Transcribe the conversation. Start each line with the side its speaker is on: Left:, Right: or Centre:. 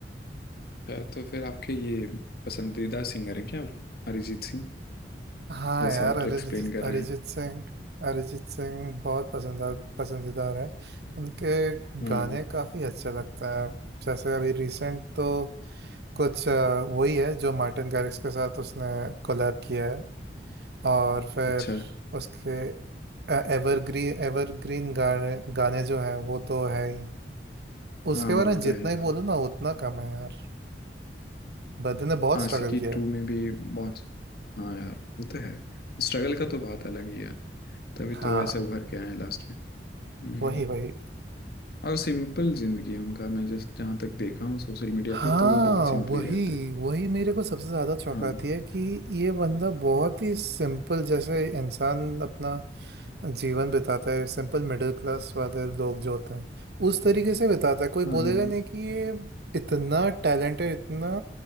Left: अच्छा, तो फिर आपके ये पसंदीदा सिंगर हैं क्या अरिजीत सिंह
Right: हाँ
Left: जैसा
Right: यार
Left: आप
Right: अरिजीत
Left: तो एक्सप्लेन कर
Right: अरिजीत
Left: रहे हैं
Right: सिंह अरिजीत सिंह बहुत पसंदा पसंदीदार है उनके
Left: हाँ
Right: गाने काफ़ी अच्छे लगता है जैसे अभी रिसेंट तो कुछ अ, वही है जो मार्टिन गारिक्स के साथ उसने कोलैब किया है और फिर
Left: अच्छा
Right: उसके एवरग्रीन एवरग्रीन गाने गाने जो हैं वो तो है ही उसके
Left: हाँ
Right: बारे
Left: वो
Right: में जितना
Left: तो है
Right: ही
Left: यार
Right: बोलो ना उतना कम है यार बंदे ने बहुत
Left: आशिकी
Right: स्ट्रगल किया
Left: टू
Right: है
Left: में भी बहुत हाँ यार वो तो है स्ट्रगल का तो बात अलग ही है यार तभी
Right: हाँ
Left: तो वैसे उभर के आए हैं लास्ट में हम्म,
Right: वही वही
Left: और सिंपल जिंदगी है उनका मैं जस्ट जहाँ तक देखा हूँ सोशल मीडिया
Right: हाँ
Left: पे तो वो बहुत सिंपली
Right: वही
Left: रहते हैं
Right: वही मेरे को सबसे ज्यादा चौंकाती
Left: हाँ
Right: है कि ये बंदा बहुत ही सिंपल जैसे इंसान अपना जीवन बिताता है सिंपल मिडिल क्लास वाले लोग जो होते हैं उस तरीके से बिताता है कोई
Left: हाँ
Right: बोलेगा नहीं कि ये इतना टैलेंटेड इतना